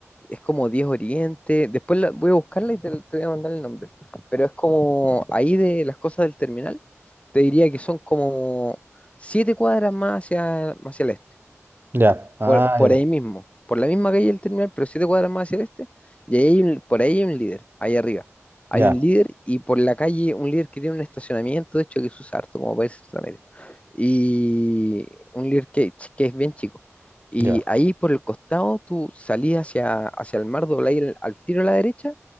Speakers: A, on the left (about 25°); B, on the right (about 45°).
A: Es como 10 Oriente. Después la- voy a buscarla y te, te voy a mandar el nombre. Pero es como ahí de las cosas del terminal. Te diría que son como siete cuadras más hacia, hacia el este
B: Ya. Ah,
A: por, por
B: ya.
A: ahí mismo, por la misma calle del terminal, pero siete cuadras más hacia el este, y ahí hay un- por ahí hay un líder, ahí arriba. Hay
B: Ya,
A: un líder y por la calle un líder que tiene un estacionamiento, de hecho, que se usa harto como para irse a medio. Y un líder que, que es bien chico. Y
B: ya,
A: ahí por el costado tú salís hacia, hacia el mar, dobláis el- al tiro a la derecha